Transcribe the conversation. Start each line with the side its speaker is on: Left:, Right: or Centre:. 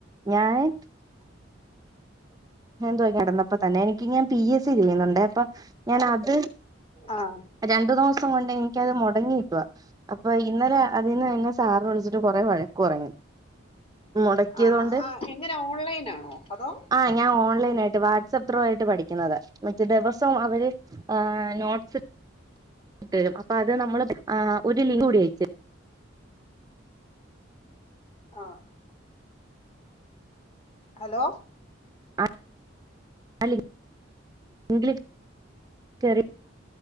Right: ഞാന്
Left: <inaudible>
Right: എന്തോ കിടന്നപ്പോ തന്നെ എനിക്ക് ഞാൻ പി എസ് സി ചെയ്യുന്നുണ്ട് അപ്പൊ ഞാൻ അത്
Left: ആഹ്
Right: രണ്ടു ദിവസം കൊണ്ട് എനിക്കത് മുടങ്ങിക്കുവാ അപ്പൊ ഇന്നലെ അതീന്ന് എന്നെ സാറ് വിളിച്ചിട്ട് കൊറെ വഴക്ക് പറഞ്ഞു മുടക്കിയത്
Left: ആഹ്
Right: കൊണ്ട്
Left: ആഹ് എങ്ങനെ ഓൺലൈനാണോ അതോ
Right: ആ ഞാൻ ഓൺലൈനായിട്ട് വാട്സപ്പ് ത്രൂ ആയിട്ട് പഠിക്കുന്നത് മറ്റേ ദിവസവും അവര് നോട്ട്സ് ഇട്ട് തരും അപ്പ അത് നമ്മൾ ഒരു ലിങ്ക് കൂടി അയച്ച്
Left: ആഹ് ഹലോ
Right: ആഹ് ആ ലിങ്ക് ലിങ്ക്‌ല് കേറി